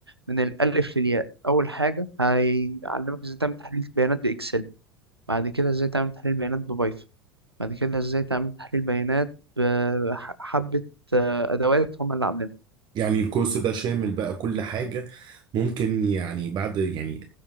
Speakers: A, on the right (about 85°); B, on the right (about 35°).
A: من الألف للياء أول حاجة هيعلمك إزاي تعمل تحليل بيانات بإكسل بعد كده إزاي تعمل تحليل بيانات ببايثون بعد كده إزاي تعمل تحليل بيانات بحبة آه، أدوات هم اللي عاملينها
B: يعني الكورس ده شامل بقى كل حاجة ممكن يعني بعد يعني